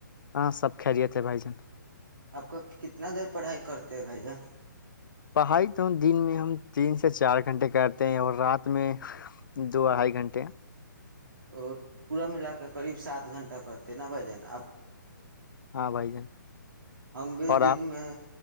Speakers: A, on the left (about 70°); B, on the right (about 80°).
A: ہاں سب کلے تھے بھائی جان
B: آپ کا کتنا دیر پڑھائی کرتے بھائی جان
A: پڑھائی تو دن میں ہم تین سے چار گھنٹے کرتے ہیں اور رات میں دو اھائی گھنٹے
B: وہ پورا میں ل کے قریب سات گھنٹہ کرتے ن بائی جن آپ
A: ہاں بھائی جان
B: ہم بھی
A: اور
B: دن
A: آپ
B: میں